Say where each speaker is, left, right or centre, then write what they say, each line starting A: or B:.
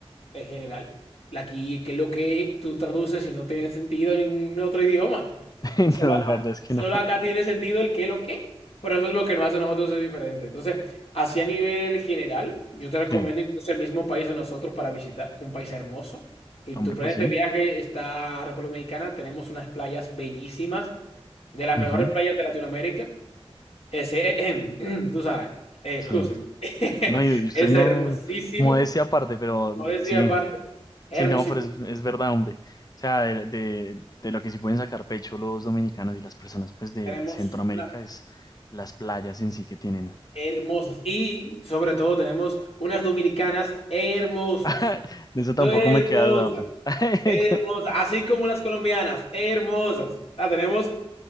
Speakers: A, on the left (about 70°); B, on the left (about 35°).
A: en general. Aquí, que es lo que tú traduces y no tiene sentido en ningún otro idioma.
B: <laughs>
A: Solo
B: No,
A: acá.
B: la verdad es que
A: Solo
B: no.
A: acá tiene sentido el qué, lo que. Pero eso es lo que nos hace a nosotros ser diferente. Entonces, así a nivel general, yo te recomiendo
B: Sí,
A: incluso el mismo país de nosotros para visitar, un país hermoso. En
B: hombre,
A: tu planeta
B: pues sí.
A: de viaje está República Dominicana, tenemos unas playas bellísimas, de las
B: Ujú,
A: mejores playas de Latinoamérica. Ese, <clears throat> tú sabes, eh,
B: Sí.
A: excúsenme. <laughs>
B: No, y y ustedes
A: Es
B: no,
A: hermosísimo.
B: modestia aparte, pero
A: No decía
B: sí,
A: aparte, hermosísimo,
B: sí, no, pero es, es verdad, hombre. O sea, de, de, de lo que sí pueden sacar pecho los dominicanos y las personas, pues, de
A: tenemos
B: Centroamérica
A: una-
B: es las playas en sí que tienen.
A: hermosas y sobre todo tenemos unas dominicanas hermosas,
B: <laughs> De eso tampoco
A: Do- hermosas,
B: me queda duda, pe- <laughs>
A: hermosas, así como las colombianas, hermosas. La tenemos